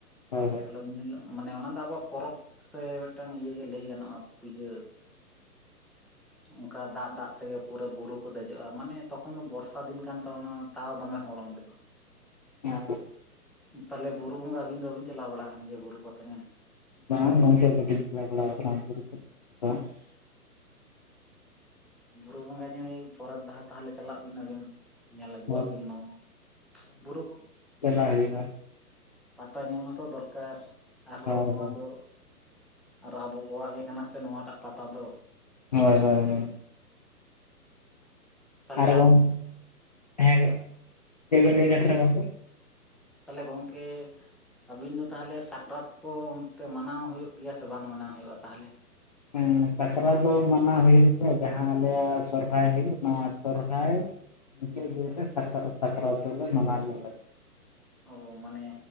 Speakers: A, on the left; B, in the centre.
A: ᱦᱳᱭ ᱦᱳᱭ
B: ᱛᱟᱦᱞᱮ ᱩᱱᱦᱤᱞᱳᱜ, ᱢᱟᱱᱮ ᱚᱱᱟ ᱫᱚ ᱟᱵᱚᱣᱟᱜ ᱯᱚᱨᱚᱵᱽ ᱥᱮ ᱢᱤᱫᱴᱟᱝ ᱤᱭᱟᱹᱜᱮ ᱞᱟᱹᱭ ᱜᱟᱱᱚᱜᱼᱟ ᱯᱩᱡᱟᱹ᱾ ᱚᱸᱠᱟ ᱫᱟᱜ ᱫᱟᱜ ᱛᱮᱜᱮ ᱯᱩᱨᱟᱹ ᱵᱩᱨᱩ, ᱠᱚ ᱫᱮᱡᱚᱜᱼᱟ ᱢᱟᱱᱮ ᱛᱚᱠᱷᱚᱱ ᱫᱚ ᱵᱚᱨᱥᱟ ᱫᱤᱱ ᱠᱟᱱ ᱛᱟᱵᱚᱱᱟ ᱛᱟᱣ ᱫᱚᱢᱮ ᱦᱚᱲ ᱚᱸᱰᱮ ᱫᱚ᱾
A: <inaudible>
B: ᱛᱟᱞᱦᱮ ᱵᱩᱨᱩ ᱵᱚᱸᱜᱟ ᱟᱹᱵᱤᱱ ᱫᱚ ᱵᱟᱵᱤᱱ ᱪᱟᱞᱟᱣ ᱵᱟᱲᱟ ᱠᱟᱱ ᱜᱮᱭᱟ ᱵᱩᱨᱩ ᱯᱟᱛᱟ ᱧᱮᱞ?
A: ᱵᱟᱝ ᱜᱚᱝᱠᱮ ᱟᱰᱤ ᱫᱤᱱ ᱪᱟᱞᱟᱣ ᱵᱟᱲᱟᱣ ᱟᱠᱟᱱᱟ <inaudible>
B: ᱵᱩᱨᱩ ᱵᱚᱸᱜᱟ ᱧᱮᱞ ᱯᱚᱨᱮ ᱫᱷᱟᱣ ᱛᱟᱦᱞᱮ ᱪᱟᱞᱟᱜ ᱵᱤᱱ ᱟᱵᱤᱱ᱾ ᱧᱮᱞ ᱟᱹᱜᱩᱣᱟᱜ
A: ᱦᱳᱭ
B: ᱵᱤᱱ ᱱᱚᱣᱟ ᱵᱩᱨᱩ ᱠᱚᱼᱼ
A: ᱫᱟᱞᱟᱜ ᱦᱩᱭᱩᱜᱼᱟ᱾
B: ᱯᱟᱛᱟ ᱧᱮᱞ ᱦᱚᱸᱛᱚ ᱫᱚᱨᱠᱟᱨ ᱟᱨᱦᱚᱸ
A: ᱦᱳᱭ
B: ᱱᱚᱣᱟ
A: ᱦᱳᱭ
B: ᱫᱚᱼᱼ ᱟᱨ ᱟᱵᱚ ᱠᱚᱣᱟᱜ ᱜᱮ ᱠᱟᱱᱟ ᱥᱮ ᱱᱚᱣᱟᱴᱟᱜ ᱯᱟᱛᱟ ᱫᱚ᱾
A: ᱦᱳᱭ ᱦᱳᱭ ᱦᱳᱭ᱾
B: ᱛᱟᱦᱚᱞᱮ
A: ᱟᱨ ᱜᱚᱝ ᱦᱮᱸ ᱜᱮ, ᱪᱮᱫ ᱵᱤᱱ ᱞᱟᱹᱭ ᱧᱟ ᱛᱟᱦᱮ ᱜᱚᱝᱠᱮ?
B: ᱛᱟᱞᱦᱮ ᱜᱚᱝᱠᱮᱼᱼ ᱟᱹᱵᱤᱱ ᱫᱚ ᱛᱟᱦᱞᱮ ᱥᱟᱠᱨᱟᱛ ᱠᱚ ᱚᱱᱛᱮ ᱢᱟᱱᱟᱣ ᱦᱩᱭᱩᱜ ᱜᱮᱭᱟ ᱥᱮ ᱵᱟᱝ ᱢᱟᱱᱟᱣ ᱦᱩᱭᱩᱜᱼᱟ ᱛᱟᱦᱞᱮ?
A: ᱦᱮᱸ ᱥᱟᱠᱨᱟᱛ ᱫᱚ ᱢᱟᱱᱟᱣ ᱦᱩᱭᱮᱱ ᱜᱮᱭᱟ ᱡᱟᱦᱟᱸ ᱟᱞᱮᱭᱟᱜ ᱥᱚᱨᱦᱟᱭ ᱦᱩᱭᱩᱜ ᱱᱟ ᱥᱚᱨᱦᱟᱭ ᱢᱩᱪᱟᱹᱫᱽ ᱫᱤᱱ ᱨᱮ ᱥᱟᱠᱨᱟᱛ ᱥᱟᱠᱨᱟᱛ ᱫᱚᱞᱮ ᱢᱟᱱᱟᱣ ᱜᱮᱭᱟ ᱞᱮ ᱾
B: ᱚ ᱢᱟᱱᱮ